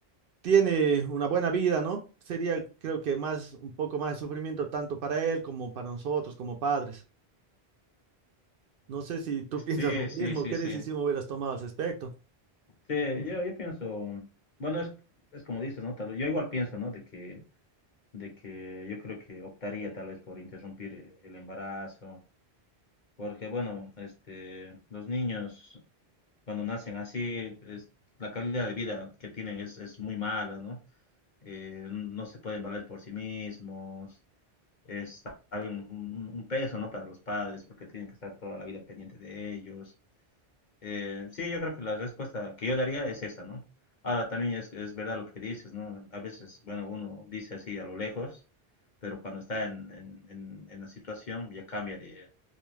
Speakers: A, on the right; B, on the left.
A: tiene una buena vida, ¿no? Sería, creo que más, un poco más de sufrimiento tanto para él como para nosotros, como padres. No sé si tú <laughs> piensas
B: Sí,
A: lo
B: sí,
A: mismo,
B: sí,
A: qué
B: sí.
A: decisión hubieras tomado al respecto.
B: Sí, yo, yo pienso, bueno, es, es como dices, ¿no? Tal, vez- yo igual pienso, ¿no? De que, de que yo creo que optaría tal vez por interrumpir eh, el embarazo, porque bueno, este, los niños cuando nacen así, es, la calidad de vida que tienen es, es muy mala, ¿no? Eh, no se pueden valer por sí mismos, es tal vez un, un- un peso, ¿no? Para los padres, porque tienen que estar toda la vida pendiente de ellos. Eh, sí, yo creo que la respuesta que yo daría es esa, ¿no? Ahora también es, es verdad lo que dices, ¿no? A veces, bueno, uno dice así a lo lejos, pero cuando está en, en- en- en la situación ya cambia de,